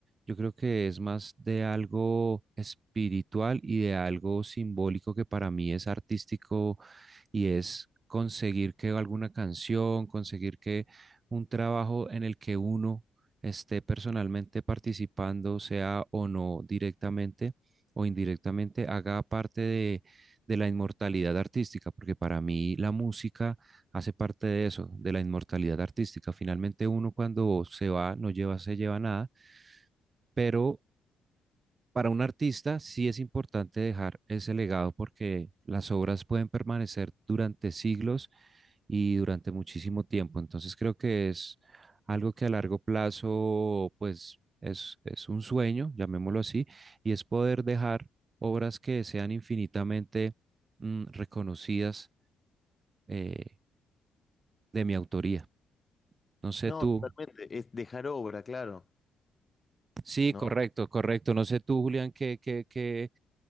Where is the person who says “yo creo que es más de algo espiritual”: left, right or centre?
Right